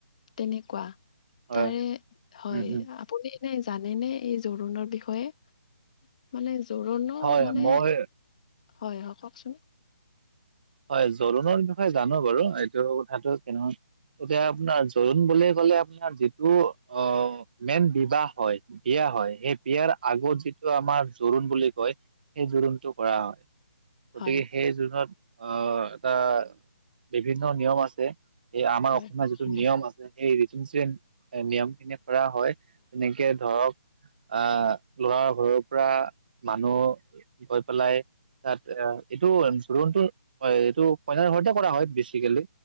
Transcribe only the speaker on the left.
তেনেকুৱা।
তাৰে হয়
আপুনি নে জানেনে এই জোৰোণৰ বিষয়ে? মানে জোৰোণও
মানে
হয় অ' কওঁকচোন।
হয় হয়
হয়
হয়
হয়